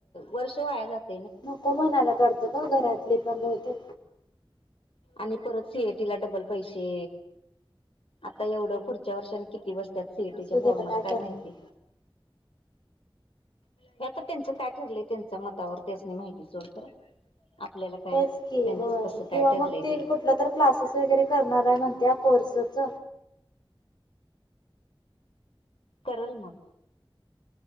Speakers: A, on the left; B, on the left.
A: वर्ष वाया जात
B: नको म्हणाल्यात वाढत ग घरातली पण बहुतेक
A: आणि परत सीएटी ला डबल पैसे आता एवढं पुढच्या वर्षी आणि किती बस्त्यात सीईटीच्या
B: असू दे
A: फॉर्मला
B: आता
A: काय
B: करणार
A: माहिती? ते आता त्यांचं काय ठरलंय त्यांच्या मतावर त्यासनी माहिती सोड खरं आपल्याला काय
B: तेच की
A: त्यांचं
B: होय
A: कसं काय
B: किंवा
A: ठरलंय
B: मग ते कुठलं तर क्लासेस वगैरे करणार आहे म्हणत्या कोर्सच
A: करल मग